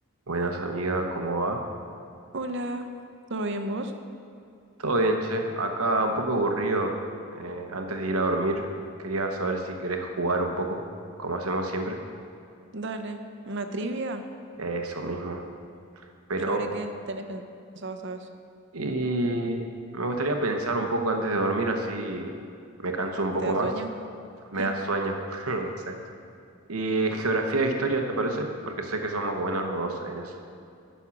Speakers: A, on the right (about 85°); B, on the right (about 55°).
A: Buenas amiga, ¿cómo va?
B: Hola, ¿todo bien vos?
A: Todo bien, che. Acá un poco aburrido. eh, antes de ir a dormir, quería saber si querés jugar un poco, como hacemos siempre.
B: Dale, ¿una trivia?
A: Eso mismo. Pero,
B: ¿Sobre qué tenés pensado esta vez?
A: y me gustaría pensar un poco antes de dormir, así me canso un poco
B: ¿Te da
A: más.
B: sueño?
A: Me
B: <laughs>
A: da sueño. <laughs> Exacto. ¿Y geografía e historia, te parece? Porque sé que somos buenos los dos en eso.